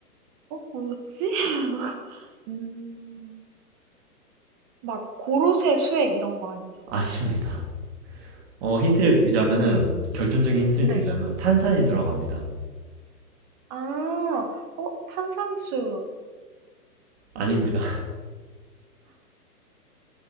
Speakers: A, on the right; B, on the right.
A: 뭐지? <laughs> 음, 막 고로쇠 수액 이런 거 아니죠?
B: <laughs> 아닙니다. 어 힌트를 드리자면은 결정적인 힌트를
A: 네.
B: 드리자면 탄산이 들어갑니다.
A: 아, 어, 탄산수인가요?
B: 아닙니다.